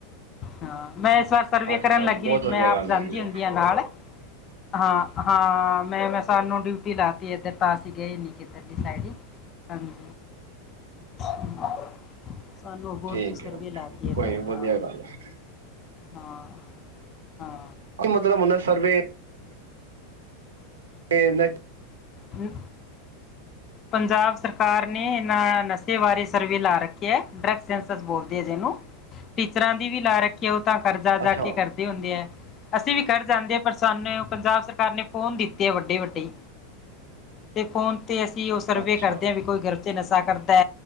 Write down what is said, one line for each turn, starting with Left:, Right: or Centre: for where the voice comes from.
Left: ਹਾਂ ਮੈਂ ਇਸ ਵਾਰ ਸਰਵੇ
Right: ਅੱਛਾ
Left: ਕਰਨ
Right: ਅੱਛਾ
Left: ਲੱਗੀ
Right: ਬਹੁਤ
Left: ਨੀ 'ਤੇ
Right: ਵਧੀਆ
Left: ਮੈਂ ਆਪ
Right: ਗੱਲ
Left: ਜਾਂਦੀ
Right: ਹੈਗੀ ਹੈ
Left: ਹੁੰਦੀ ਆ ਨਾਲ। ਹਾਂ, ਹਾਂ ਮੈਂ-ਮੈਂ ਸਾਨੂੰ ਡਿਊਟੀ ਲਾਤੀ ਏਧਰ ਤਾਂ ਅਸੀਂ ਗਏ ਨੀ ਕਿੱਧਰ ਲੀ ਸਾਈਡ ਈ, ਹਾਂਜੀ, ਹੂੰ। ਸਾਨੂੰ ਹੋਰ
Right: ਠੀਕ
Left: ਚੀ ਸਰਵੇ
Right: ਹੈ
Left: ਲਾਤੀ ਏਧਰ
Right: ਕੋਈ ਵਧੀਆ
Left: ਹਾਂ।
Right: ਗੱਲ ਹੈ
Left: ਹਾਂ, ਹਾਂ।
Right: ਕੀ ਮਤਲ ਦਾ ਮੁਨਾ ਸਰਵੇ ਏ ਮੈਂ
Left: ਹੂੰ। ਪੰਜਾਬ ਸਰਕਾਰ ਨੇ ਏਨਾਂ ਨਸ਼ੇ ਬਾਰੇ ਸਰਵੇ ਲਾ ਰੱਖੇ ਐ ਡਰਗਸ ਸੈਸਰਜ ਬੋਲਦੇ ਜੇ ਏਨੂੰ ਟੀਚਰਾਂ ਦੀ ਵੀ ਲਾ ਰੱਖੀਏ ਉਹ ਤਾਂ ਕਰਜ਼ਾ
Right: ਅੱਛਾ
Left: ਜਾ ਕੇ ਕਰਦੇ ਹੁੰਦੇ ਆ। ਅਸੀਂ ਵੀ ਕਰ ਜਾਂਦੇ ਆ ਪਰ ਸਾਨੂੰ ਪੰਜਾਬ ਸਰਕਾਰ ਨੇ ਫੋਨ ਦਿੱਤੇ ਆ ਵੱਡੇ -ਵੱਡੇ। ਤੇ ਫੋਨ ਤੇ ਅਸੀਂ ਉਹ ਸਰਵੇ
Right: ਅੱਛਾ
Left: ਕਰਦੇ ਆ ਵੀ ਕੋਈ ਗਰ 'ਚ ਨਸ਼ਾ ਕਰਦੈ।